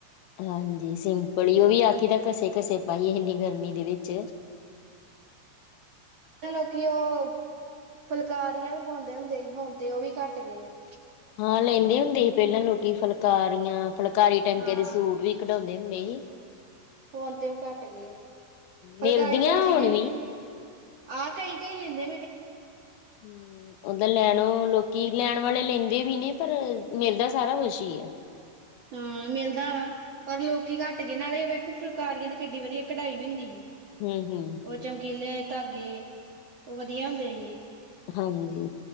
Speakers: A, on the left; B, on the right.
A: ਹਾਂਜੀ ਸਿੰਪਲ, ਉਹ ਵੀ ਆਖੀਦਾ ਘਸੇ ਘਸੇ ਪਾਈ ਇੰਨੀ ਗਰਮੀ ਦੇ ਵਿੱਚ
B: ਪਹਿਲਾਂ ਲੋਕੀ ਉਹ, ਫੁਲਕਾਰੀਆਂ ਵੀ ਪਾਉਂਦੇ ਹੁੰਦੇ ਹੀ ਹੁਣ ਤੇ ਉਹ ਵੀ ਘੱਟ ਗਏ।
A: ਹਾਂ ਲੈਂਦੇ ਹੁੰਦੇ ਹੀ ਪਹਿਲਾਂ ਲੋਕੀ ਫੁਲਕਾਰੀਆਂ ਫੁਲਕਾਰੀ ਟਾਂਕੇ
B: ਹਾਂ
A: ਦੇ ਸੂਟ ਵੀ ਕਡਾਉਂਦੇ ਹੁੰਦੇ ਹੀ।
B: ਹੁਣ ਤੇ ਉਹ ਘੱਟ ਗੇ, ਫੁਲਕਾਰੀ
A: ਮਿਲਦੀਆਂ
B: ਤਾਂ ਵੀ
A: ਹੁਣ
B: ਕਿੱਡੀ ਆਹ ਕਈ ਕਈ ਲੈਂਦੇ।
A: ਹੂੰ ਓਦਾਂ ਲੈਣ ਲੋਕੀ, ਲੈਣ ਵਾਲੇ ਲੈਂਦੇ ਵੀ ਨੇ ਪਰ ਮਿਲਦਾ ਸਾਰਾ ਕੁਝ ਹੀ ਆ।
B: ਹਾਂ ਮਿਲਦਾ ਵਾ ਪਰ ਲੋਕੀ ਘੱਟ ਗਏ ਨਾਲੇ ਵੇਖੋ ਫੁਲਕਾਰੀਆਂ ਤੇ ਕਿੱਡੀ ਵਧੀਆ ਕਢਾਈ ਵੀ ਹੁੰਦੀ ਹੀ।
A: ਹੂੰ-ਹੂੰ।
B: ਉਹ ਚਮਕੀਲੇ ਧਾਗੇ, ਉਹ ਵਧੀਆ ਹੁੰਦੇ ਹੀ।
A: ਹਾਂਜੀ